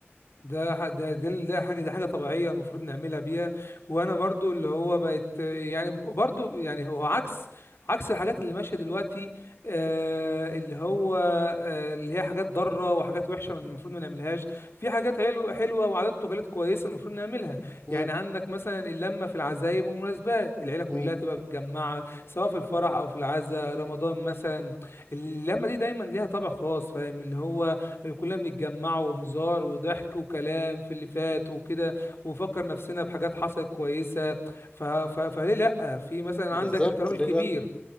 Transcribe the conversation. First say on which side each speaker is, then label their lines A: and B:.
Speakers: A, on the left (about 70°); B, on the left (about 25°).
A: ده ح- ده ده ال- ده حاجه ده حاجه طبيعيه المفروض نعملها بيها وانا برضو اللي هو بقت يعني برضو يعني هو عكس عكس الحاجات اللي ماشيه دلوقتي آه اللي هو آه اللي هي حاجات ضاره وحاجات وحشه من- المفروض ما نعملهاش في حاجات حلوه حلوه وعادات وتقاليد كويسه المفروض نعملها
B: مم.
A: يعني عندك مثلا اللمه في العزايم والمناسبات العيله كلها
B: مم.
A: تبقى متجمعه سواء في الفرح او في العزاء رمضان مثلا اللمه دي دايما ليها طابع خاص فاهم اللي هو كلنا بنتجمع وهزار وضحك وكلام في اللي فات وكده ونفكر نفسنا بحاجات حصلت كويسة ف... ف... فليه لأ في مثلا
B: بالظبط
A: عندك احترام
B: ليه
A: الكبير
B: لا